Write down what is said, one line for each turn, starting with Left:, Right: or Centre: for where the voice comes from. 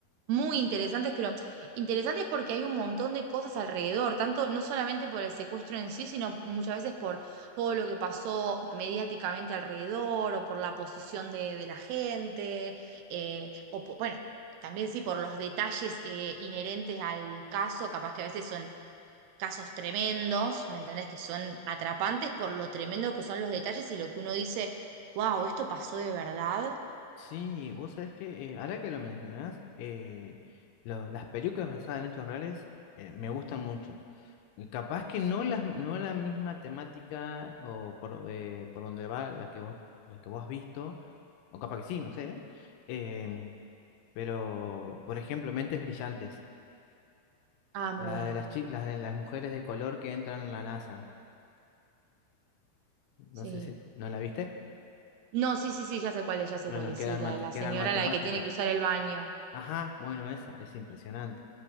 Right: muy interesantes, pero interesantes porque hay un montón de cosas alrededor, tanto no solamente por el secuestro en sí, sino muchas veces por todo lo que pasó mediáticamente alrededor o por la posición de, de la gente, eh, o po- bueno, también sí por los detalles eh, inherentes al caso, capaz que a veces son casos tremendos, ¿me entendés? Que son atrapantes por lo tremendo que son los detalles y lo que uno dice, wow, esto pasó de verdad.
Left: Sí, vos sabés que eh, ahora que lo mencionás, eh, lo- las películas basadas en hechos reales eh, me gustan mucho. Y Capaz que no las, no la misma temática o por, eh, por donde va la que vos, la que vos has visto, o capaz que sí, no sé. em, pero, por ejemplo, Mentes Brillantes,
Right: Ah, muy
Left: la
Right: bueno,
Left: de las, chi- las de las mujeres de color que entran en la NASA. No
Right: sí.
Left: sé si, ¿no la viste?
Right: No, sí, sí, sí, ya sé cuál es, ya sé
Left: Bueno,
Right: cuál es.
Left: que
Right: Sí,
Left: eran,
Right: la
Left: mate-
Right: de la
Left: que
Right: señora,
Left: eran matemáticas.
Right: la de que tiene que usar el baño.
Left: Ajá, bueno, esa es impresionante.